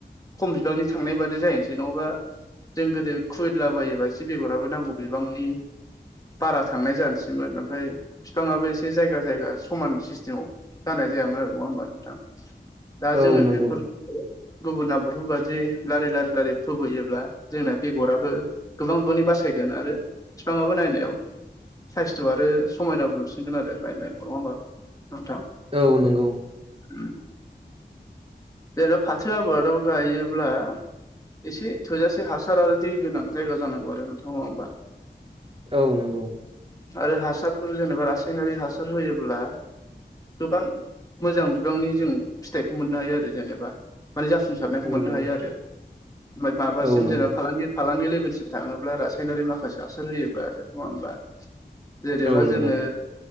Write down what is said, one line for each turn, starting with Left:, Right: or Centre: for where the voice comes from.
Left: खम बिबांनि थांनाय बादि जाहैसै नङाबा जों गोदो खुबैदलाबायोबा एसे बेगराबो नांगौ बिबांनि बारा थांनाय जानोसैमोन ओमफ्राय बिफाङाबो एसे जायगा जायगा समान सिस्टेमाव जानाय जायामोन आरो नङा होमबा नोंथां दा
Right: औ
Left: जोङो
Right: नंगौ
Left: बेफोर खौ गुबुन आबादफोर बायदि लारि लारि लारि खुबैयोब्ला जोंना बेगराबो गोबां बिबांनि बासायगोन आरो बिफाङाबो नायनायाव साइसथ' आरो समायनाबो नुसिनगोन आरो लाइन लाइन नङा होमबा नोंथां
Right: औ नंगौ
Left: उम जेनेबा फाथो आबाद गायोब्ला एसे थोजासे हासार आरो दै गोनां जायगा जानांगौ आरो नोंथा नङा होमबा
Right: औ नंगौ
Left: आरो हासारफोर जेनेबा रासायनारि हासार होयोब्ला गोबां मोजां बिबांनि जों फिथाइखौ मोननो हायो आरो जेनेबा माने जाफुंसारनायखौ
Right: नंगौ
Left: मोननो हायो आरो माबासिम
Right: औ नंगौ
Left: जेनेबा फालांगि फालांगि लेभेलसिम थाङोब्ला रासायनारि माखासे हासार होयोब्ला नङा होमबा जेनेबा
Right: औ नंगौ
Left: जोङो